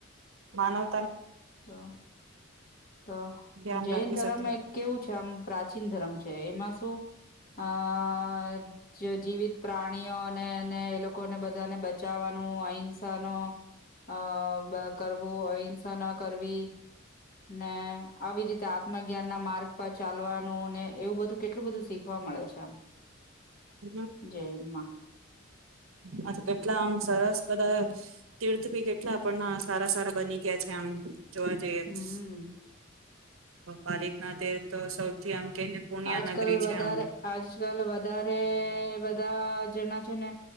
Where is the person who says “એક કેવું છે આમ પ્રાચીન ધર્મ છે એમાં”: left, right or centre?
Left